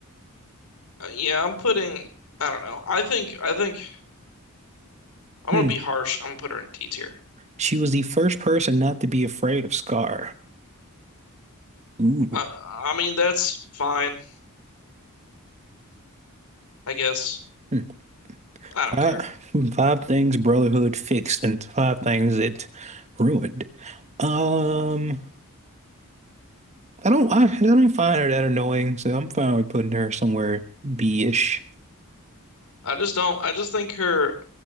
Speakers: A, on the left; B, on the right.
A: Uh, yeah, I'm putting. I don't know. I think I think I'm
B: Hmm.
A: gonna be harsh. I'm gonna put her in D tier.
B: She was the first person not to be afraid of Scar. Ooh.
A: I I mean that's fine. I guess
B: Hmm.
A: I
B: Five
A: don't care.
B: hmm, five things Brotherhood fixed and five things it ruined. Um, I don't I, I don't find her that annoying, so I'm fine with putting her somewhere B-ish.
A: I just don't. I just think her